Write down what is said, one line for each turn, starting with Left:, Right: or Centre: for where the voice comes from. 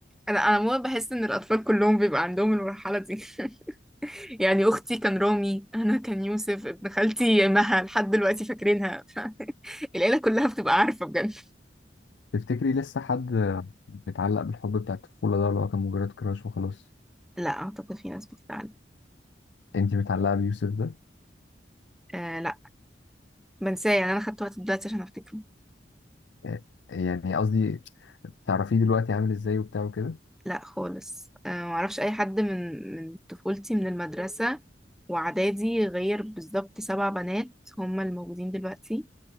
Centre: انا انا ماما بحس ان الاطفال كلهم بيبقى عندهم المرحله دي <laughs> يعني اختي كان رامي انا كان يوسف ابن خالتي مها لحد دلوقتي فاكرينها <laughs> العيله كلها بتبقى عارفه بجد
Left: تفتكري لسه حد بيتعلق بالحب بتاع الطفولة ده اللي هو كان مجرد كراش وخلاص
Centre: لا اعتقد في ناس بتزعل
Left: انتي متعلقة بيوسف ده
Centre: آه، بنساه يعني انا خدته وقت دلوقتي عشان افتكره
Left: إيه، يعني قصدي تعرفيه دلوقتي عامل ازاي وبتاع وكده
Centre: لا خالص أه معرفش اي حد من من طفولتي من المدرسة واعدادي غير بالظبط سبع بنات هما الموجودين دلوقتي